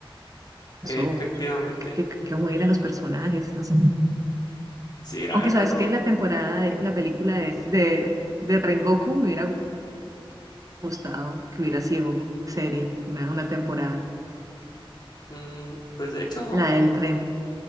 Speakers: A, on the right; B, on the left.
A: pasó,
B: Efectivamente,
A: que, que- cómo eran los personajes, no sé.
B: sí, a-
A: Aunque sabes
B: algo,
A: que la temporada, de, la película de, de, de Rengoku me hubiera gustado que hubiera sido serie, una, una temporada,
B: mm, pues de hecho,
A: la del tren.